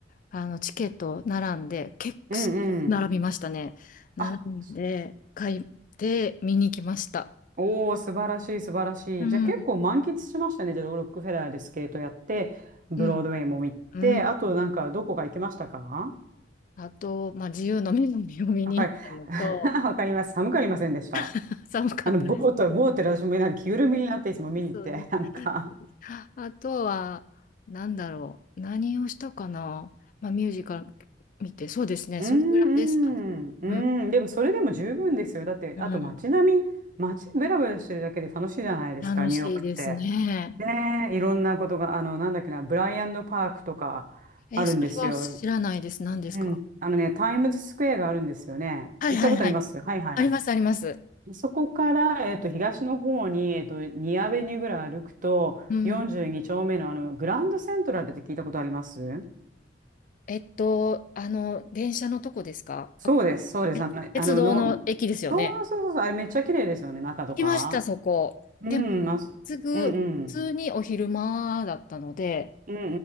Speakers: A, on the left (about 45°); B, on the right (about 45°).
A: あのチケット並んで、結構並びましたね。
B: うん。
A: 並んで、
B: あ、そ
A: 買って見に来ました。
B: おー、素晴らしい、素晴らしい。
A: うん。
B: じゃあ結構満喫しましたね。じゃあ、ロックフェラーでスケートやって、ブロードウェイも行って、
A: うん。うん。
B: あとなんかどこか行きましたか
A: あと、まあ、自由の女神を見に行ったのと、
B: わかり、<laughs> わかります。寒くありませんでした。
A: <laughs> 寒かったです。
B: あの、ボート、ボートで私もなんか着ぐるみになっていつも見に行って、
A: <laughs> そうです。
B: <laughs> なんか。
A: そうですあとは、なんだろう。何をしたかな。まあ、ミュージカル見て、そうですね。
B: うんうんうん。
A: それぐらいですかね。うん、
B: でもそれでも十分ですよ。だって、
A: うん。
B: あと街並み、街ブラブラしてるだけで楽しいじゃないですか、
A: 楽しいですね。
B: ニューヨークって。ねえ、いろんなことが、あの、なんだっけな、ブライアンドパークとかあるんですよ。
A: え、それは知らないです。何ですか
B: うん。あのね、タイムズスクエアがあるんですよね。
A: はいはいはい。
B: 行ったことありますはいはいは
A: あります、あります。
B: い。そこから、えっと、東の方に、えっと、にアベニューぐらい歩くと、
A: うん。
B: 42丁目の、あのグランドセントラルって聞いたことあります
A: えっと、あの、電車のとこですかあ
B: そうです、そうです。
A: え鉄道の駅ですよね。
B: あの、あの、のそうそうそうそう、あれめっちゃ綺麗ですよね、中とか。
A: 行きました、そこ。
B: うん、
A: でも、
B: あそ、
A: すぐ、
B: うんうん。
A: 普通にお昼間だったので、
B: うん